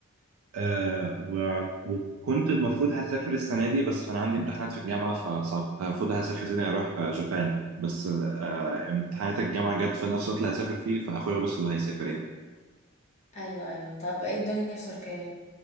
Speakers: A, on the right; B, on the left.
A: آه و- وكنت المفروض هسافر السنة دي بس عشان عندي امتحانات في الجامعة فصعب كنت المفروض هسافر السنة دي هروح آه، جابان بس آه امتحانات الجامعة جت في نفس الوقت اللي هسافر فيه فأخويا هو بس اللي هيسافر يعني
B: ايوه ايوه طب ايه الدنيا في تركيا